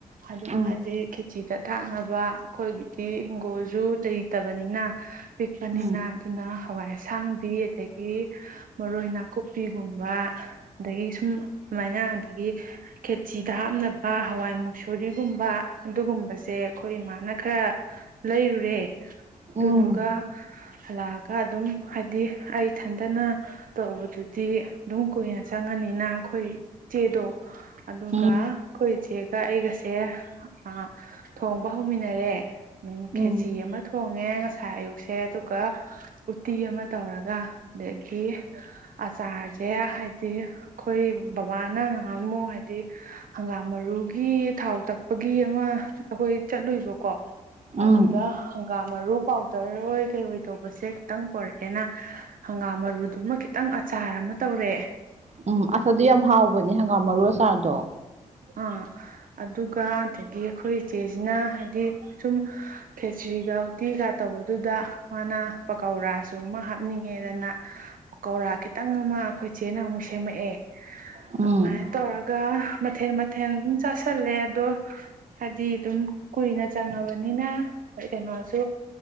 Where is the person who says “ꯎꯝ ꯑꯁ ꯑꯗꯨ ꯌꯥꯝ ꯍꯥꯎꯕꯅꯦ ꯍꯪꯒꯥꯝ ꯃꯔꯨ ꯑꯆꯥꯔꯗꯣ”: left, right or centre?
Right